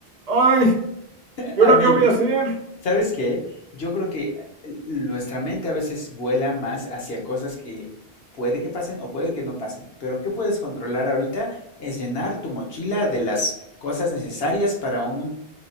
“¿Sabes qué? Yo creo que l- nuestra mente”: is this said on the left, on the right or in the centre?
Left